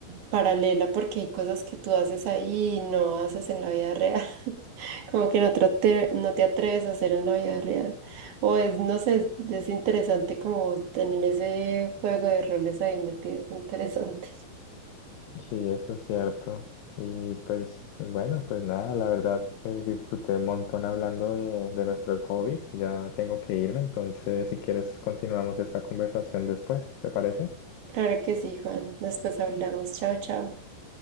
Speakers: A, on the right (about 65°); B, on the left (about 80°).
A: paralela, porque hay cosas que tú haces ahí y no haces en la vida real. <laughs> Como que no, trate- no te atreves a hacer en la vida real. O es, no sé, es interesante como tener ese juego de roles ahí metido. Es interesante.
B: Sí, eso es cierto. Y pues bueno, pues nada, la verdad eh, disfruté un montón hablando de, de nuestros hobbies. Ya tengo que irme, entonces si quieres continuamos esta conversación después, ¿te parece?
A: Claro que sí, Juan. Después hablamos. Chao, chao.